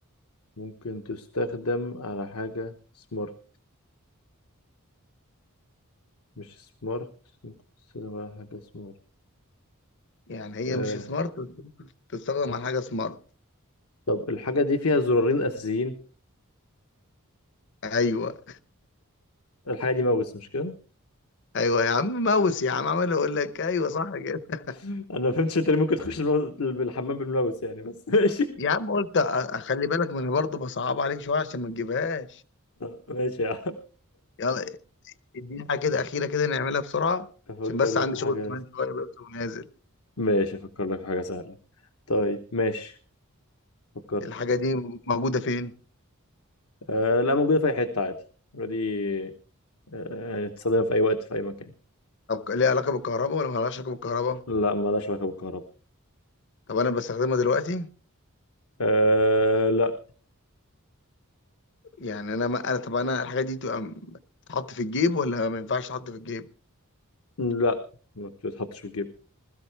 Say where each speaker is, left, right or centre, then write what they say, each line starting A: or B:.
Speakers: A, on the left; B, on the left.
A: ممكن تستخدم على حاجة سمارت مش سمارت سينما ولا حاجة سمارت
B: يعني هي
A: آه.
B: مش سمارت بس ممكن تستخدم على حاجة سمارت
A: طب الحاجة دي فيها زرارين أساسيين
B: ايوه
A: الحاجة دي ماوس مش كده؟ <laughs>
B: ايوه يا عم ماوس يا عم عمال اقول لك ايوه صح كده
A: أنا ما فهمتش أنت ليه ممكن تخش الماوس- الحمام بالماوس يعني بس <laughs> ماشي
B: يا عم قلت أ- اخلي بالك من برضه بصعب عليك شويه عشان ما تجيبهاش
A: آه، ماشي يا عم
B: يلا اديني حاجه كده
A: <laughs> طيب
B: اخيره كده نعملها بسرعه
A: أفكر
B: عشان بس
A: لك
B: عندي
A: في حاجة
B: شغل كمان شويه بس ونازل
A: ماشي أفكر لك في حاجة سهلة طيب ماشي فكرت
B: الحاجه دي موجوده فين
A: آه لا موجودة في أي حتة عادي دي آه يعني تستخدمها في أي وقت في أي مكان
B: طب ليها علاقه بالكهرباء ولا ما لهاش علاقه بالكهرباء
A: لا مالهاش علاقة بالكهرباء
B: طب انا بستخدمها دلوقتي
A: آه لا
B: يعني انا ما انا طب انا الحاجه دي تبقى م- تتحط في الجيب ولا ما ينفعش تتحط في الجيب
A: لا ما بتتحطش في الجيب